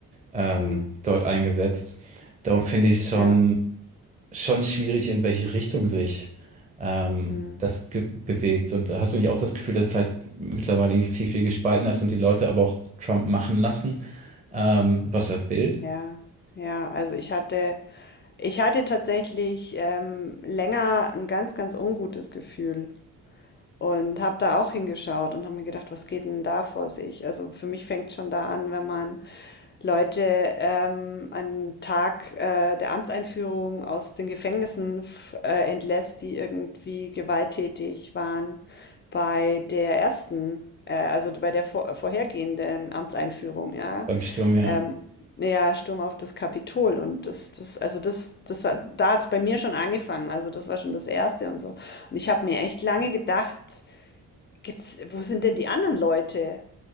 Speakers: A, on the right; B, on the left.
A: ähm,
B: hm,
A: dort eingesetzt. Darum finde ich schon
B: ja,
A: schon schwierig, in welche Richtung sich ähm,
B: hm,
A: das ge- bewegt. Und da hast du nicht auch das Gefühl, dass es halt mittlerweile irgendwie viel, viel gespalten ist und die Leute aber auch Trump machen lassen, ähm, was er will
B: ja, ja. Also ich hatte, ich hatte tatsächlich ähm, länger ein ganz, ganz ungutes Gefühl. Und habe da auch hingeschaut und habe mir gedacht, was geht denn da vor sich? Also für mich fängt schon da an, wenn man Leute ähm, an Tag äh, der Amtseinführung aus den Gefängnissen f- äh, entlässt, die irgendwie gewalttätig waren bei der ersten, äh, also bei der vor vorhergehenden Amtseinführung, ja.
A: beim Sturm? Ja,
B: Ähm, ja, Sturm auf das Kapitol und das, das, also das, das hat, da hat's bei mir schon angefangen. Also das war schon das Erste und so. Und ich habe mir echt lange gedacht, gibt's, wo sind denn die anderen Leute?